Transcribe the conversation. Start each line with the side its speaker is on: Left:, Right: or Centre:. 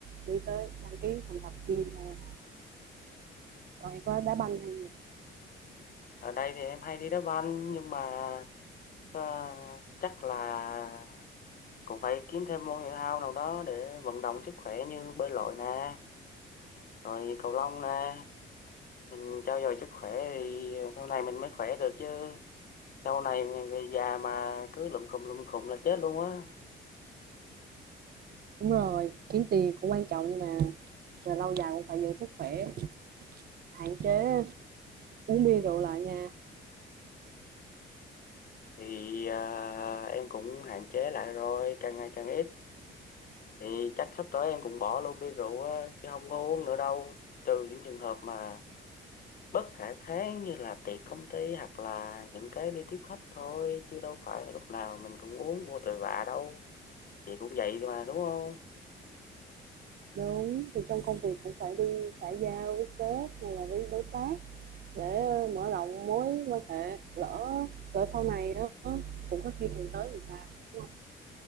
Right: đi tới đăng ký phòng tập gym thôi còn em có đá banh hay gì
Left: ở đây thì em hay đi đá banh nhưng mà ờ, chắc là cũng phải kiếm thêm môn thể thao nào đó để vận động sức khỏe như bơi lội nè rồi cầu lông nè mình Cho dồi sức khỏe thì sau này mình mới khỏe được chứ sau này về già mà cứ lụm khùm lụm khùm là chết luôn á
Right: đúng rồi kiếm tiền cũng quan trọng nhưng mà về lâu dài cũng phải giữ sức khỏe hạn chế uống bia rượu lại nha
Left: thì à, em cũng hạn chế lại rồi càng ngày càng ít thì chắc sắp tới em cũng bỏ luôn bia rượu á chứ không có uống nữa đâu trừ những trường hợp mà bất khả kháng như là tiệc công ty hoặc là những cái đi tiếp khách thôi chứ đâu phải là lúc nào mình cũng uống vô tội vạ đâu chị cũng vậy mà đúng không
Right: Đúng, thì trong công việc cũng phải đi xã giao với sếp hay là với đối tác để ờ, mở rộng mối quan hệ lỡ lỡ sau này á cũng có khi cần tới thì sao đúng không?